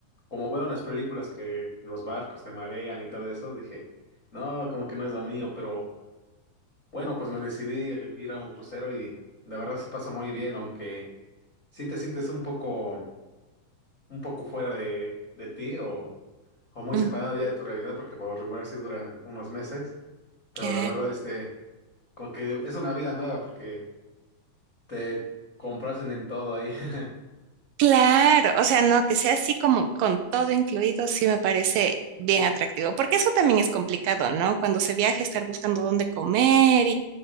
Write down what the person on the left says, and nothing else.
Como veo en las películas que los barcos te marean y todo eso, dije, no, como que no es lo mío, pero bueno, pues me decidí a ir a un crucero y la verdad se pasa muy bien, aunque sí te sientes un poco, un poco fuera de, de ti o, o muy
separado ya de tu realidad, porque por regular sí duran unos meses, pero
la verdad, este, como que es una vida nueva porque te comprasen en todo ahí. <laughs>